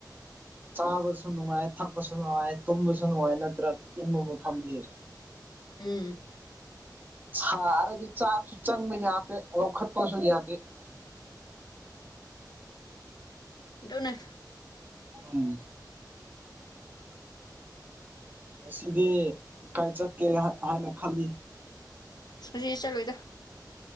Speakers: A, on the right; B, on the left.
A: ꯆꯥꯕꯁꯨ ꯅꯨꯡꯉꯥꯏ ꯊꯛꯄꯁꯨ ꯅꯨꯡꯉꯥꯏ ꯇꯨꯝꯕꯁꯨ ꯅꯨꯡꯉꯥꯏ ꯅꯠꯇ꯭ꯔꯥ ꯏꯤꯡꯕ ꯃꯐꯝꯗꯤ
B: ꯎꯝ <unintelligible>
A: ꯁꯥꯔꯗꯤ ꯆꯥꯛꯁꯨ ꯆꯪꯕ ꯌꯥꯗꯦ ꯂꯧꯈꯠꯄꯁꯨ ꯌꯥꯗꯦ
B: ꯑꯗꯨꯅꯦ
A: ꯎꯝ ꯉꯁꯤꯗꯤ ꯀꯥꯏ ꯆꯠꯀꯦ ꯍꯥꯏꯅ ꯈꯜꯂꯤ
B: ꯉꯁꯤ ꯆꯂꯣꯏꯗ